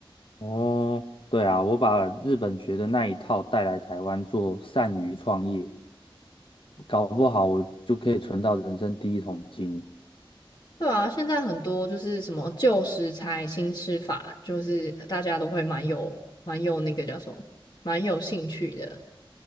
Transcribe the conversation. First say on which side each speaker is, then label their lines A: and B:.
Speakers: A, on the left; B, on the left.
A: 哦，对啊，我把日本学的那一套带来台湾做善于创业，搞不好我就可以存到人生第一桶金。
B: 对啊，现在很多就是什么旧食材新吃法，就是大家都会蛮有蛮有那个叫什么，蛮有兴趣的。